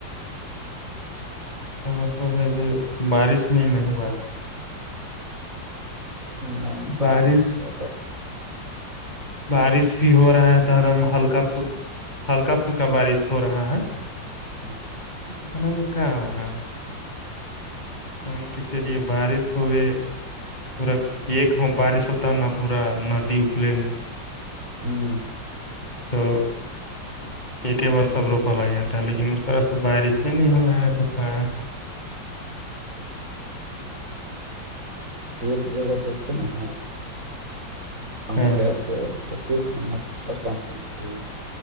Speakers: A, on the left; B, on the right.
A: اس کا مطلب ہے کہ بارش نہیں نہ ہوا
B: نہیں بار
A: بارش
B: س سبے آتا
A: بارش بھی ہو رہا ہے تو ایک دم ہلکا ہلکا پھلکا بارش ہو رہا ہے
B: جی
A: اتنے میں کیا ہوگا مان کے چلیے بارش ہوئے پورا ایک بارش ہوتا نہ پورا ندی اکل
B: ہوں
A: تو ایک ہی بار سب روپا ل گیا تھا ہے لیکن اس طرح سے بارش ہی نہیں ہو رہا ہے تو کہ کا
B: ایک جگہ دیکھی نا ہ کہوں
A: ہاں
B: گئے تھے تو دیکھ رہے ن ادھر کا مٹی